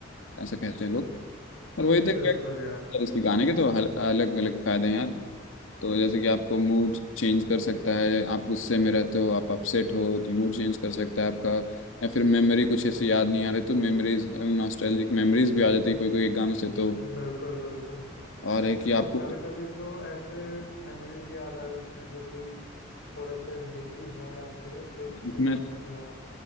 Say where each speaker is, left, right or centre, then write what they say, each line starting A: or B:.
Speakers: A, on the left; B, on the left.
A: ऐसा कहते हैं लोग और वही तो एक-
B: बिल्कुल
A: यार
B: यार
A: इसके गाने के तो अलग अलग फायदे हैं यार तो जैसे कि आपको मूड चेंज कर सकता है आप गुस्से में रहते हो आप अपसेट हो तो मूड चेंज कर सकता है आपका या फिर मेमोरी कुछ ऐसे याद नहीं आ रहे तो मेमोरीज नॉस्टैल्जिक मेमोरीज भी आ जाती है कोई कोई गानों से तो
B: बिल्कुल बिल्कुल
A: और है कि आपको
B: और कभी कभी तो ऐसे मेमोरीज भी याद आ जाते हैं जो कि थोड़े से दुखी हो या खु, खुश
A: दुख
B: दिलाती
A: में
B: हो